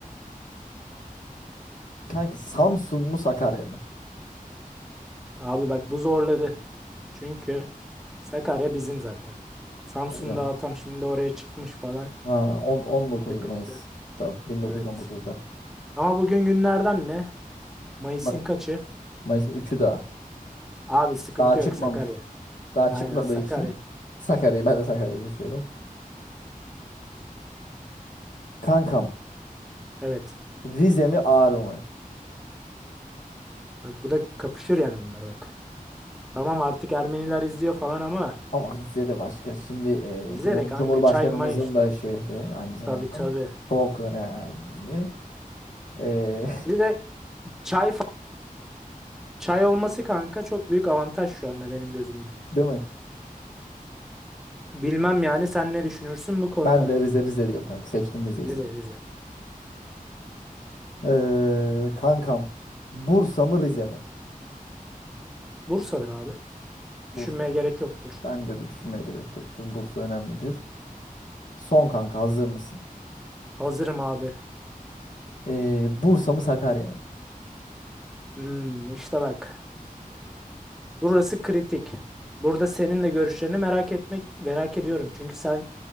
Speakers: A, on the left (about 60°); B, in the centre.
A: Kanki Samsun mu Sakarya mı?
B: Abi bak bu zorladı. Çünkü Sakarya bizim zaten. Samsun'da
A: Tabii canım.
B: atam şimdi oraya çıkmış falan.
A: Ha, on- 19
B: Sıkıntı.
A: Mayıs. Tamam. 1919'da.
B: Evet. Ama bugün günlerden ne? Mayıs'ın
A: Ma-
B: kaçı?
A: Mayıs'ın üçü daha.
B: Abi sıkıntı
A: Daha
B: yok
A: çıkmamış.
B: Sakarya.
A: Daha
B: Aynen
A: çıkmadığı
B: Sakarya.
A: için Sakarya'yı ben de Sakarya'yı seçiyorum. Kankam
B: Evet.
A: Rize mi Ağrı mı?
B: Bak bu da kapışır yani bunlar bak. Tamam artık Ermeniler izliyor falan ama
A: Ama Rize de başka. Şimdi e,
B: bizde
A: Cum-
B: de kanka
A: Cumhurbaşkanımızın
B: çay may işte.
A: da şehri aynı zamanda.
B: Tabii tabii.
A: Çok önemli. E,
B: Bir de çay fa- çay olması kanka çok büyük avantaj şu anda benim gözümde.
A: <laughs> değil mi?
B: Bilmem yani sen ne düşünürsün bu konuda?
A: Ben de Rize Rize diyorum kanka. Seçtim Rize'yi.
B: Rize Rize.
A: Ee, kankam. Bursa mı Rize mi?
B: Bursa'dır abi. Düşünmeye
A: Bursa.
B: gerek yoktur.
A: Bence de düşünmeye gerek yoktur. Bursa önemlidir. Son kanka hazır mısın?
B: Hazırım abi.
A: Ee, Bursa mı Sakarya mı?
B: Hmm, işte bak. Burası kritik. Burada senin de görüşlerini merak etmek merak ediyorum. Çünkü sen